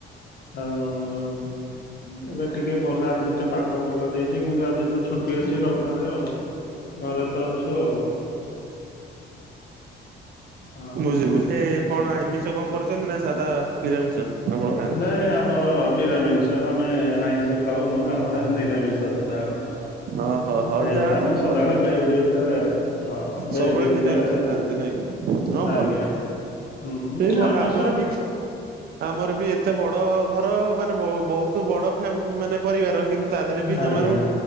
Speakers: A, on the left (about 50°); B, on the right (about 50°).
A: ଆଉ ଏବେ ଟିକେ ବର୍ଷା ଆଜି ତ ପାଗ ଭଲ ଦେଇଛି କିନ୍ତୁ ଆଜି ତ ଛୁଟି ଅଛି ରବିବାରେ ଆଉ। ଘରେ ତ ଅଛୁ ଆଉ। ହଁ
B: ବୁତେ କଣ ଏମିଷ କଣ କରଛନ୍ତି ନା ସାଧା ନିରାମିଷ ଆପଣ ଖାଆନ୍ତି?
A: ନାଇଁ ଆମର ତ ନିରାମିଷ ଆମେ ଆଇଁଷ ଖାଉନୁ ଆମର ନିରାମିଷ। ତ ସଦାବେଳେ
B: ଓହୋ ହୋ
A: ଭେଜ
B: ଯାହା
A: ଆମେ
B: ହଉ
A: ସଦାବେଳେ
B: ଭଲ
A: ଭେଜ ଉପରେ ଆଉ ହଁ ଭେଜ
B: ସବୁବେଳେ
A: ଉପରେ
B: ନିରାମିଷ ଖାଆନ୍ତି
A: ସେ
B: ନାଇଁ ହଁ
A: ଆଜ୍ଞା।
B: ଭଲ।
A: ହୁଁ
B: ସେଇ ଭଲ
A: ଆମିଷ
B: ଆମର ବି
A: ଖା
B: ଆମର ବି ଏତେ ବଡ ଘର ମାନେ ବ ବହୁତ ତ ବଡ ଫ୍ୟା ମାନେ ପରିବାର କିନ୍ତୁ ତା ଦେହରେ ବି ଜମାରୁ
A: ଆଜ୍ଞା